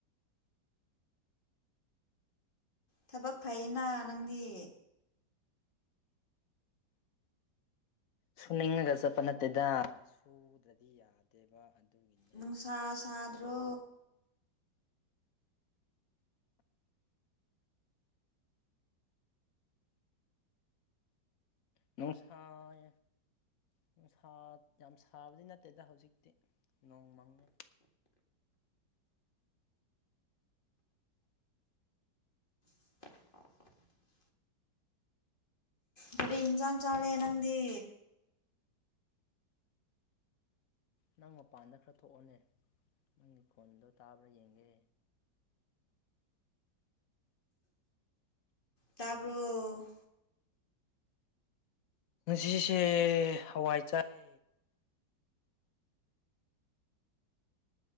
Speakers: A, on the left; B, on the left.
A: ꯊꯕꯛ ꯐꯩꯅ ꯅꯪꯗꯤ
B: ꯁꯨꯅꯤꯡꯉꯒ ꯆꯠꯄ ꯅꯠꯇꯦꯗ ꯁꯨꯗ꯭ꯔꯗꯤ ꯌꯥꯗꯦꯕ ꯑꯗꯨꯒꯤꯅꯤ
A: ꯅꯨꯡꯁꯥ ꯁꯥꯗ꯭ꯔꯣ
B: ꯅꯨꯡꯁꯥꯏ ꯅꯨꯡ ꯁꯥ ꯌꯥꯝ ꯁꯥꯕꯗꯤ ꯅꯠꯇꯦꯗ ꯍꯧꯖꯤꯛꯇꯤ ꯅꯣꯡ ꯃꯪꯉꯦ
A: <inaudible> ꯀꯔꯤ ꯏꯟꯁꯥꯡ ꯆꯥꯔꯦ ꯅꯪꯗꯤ
B: ꯅꯪ ꯃꯄꯥꯟꯗ ꯈꯔ ꯊꯣꯛꯑꫭꯅꯦ ꯅꯪꯒꯤ ꯈꫭꯟꯗꯣ ꯇꯥꯕ꯭ꯔꯥ ꯌꯦꯡꯒꯦ
A: ꯇꯥꯕꯔꫭ
B: ꯉꯁꯤꯁꯦ ꯍꯋꯥꯏ ꯆꯥꯌꯦ